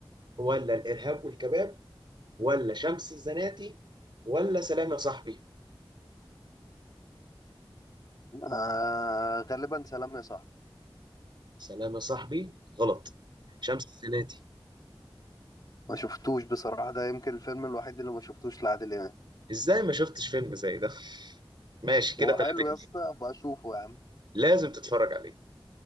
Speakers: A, on the right (about 55°); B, on the left (about 45°).
A: ولا الارهاب والكباب ولا شمس الزناتي ولا سلام يا صاحبي
B: آه غالبا سلام يا صاحبي
A: سلام يا صاحبي غلط شمس الزناتي
B: ما شفتوش بصراحة ده يمكن الفيلم الوحيد اللي ما شفتوش لعادل إمام
A: ازاي ما شفتش فيلم زي ده ماشي كده
B: هو
A: 3
B: حلو يا
A: جنيه
B: اسطى أبقى أشوفه يا عم
A: لازم تتفرج عليه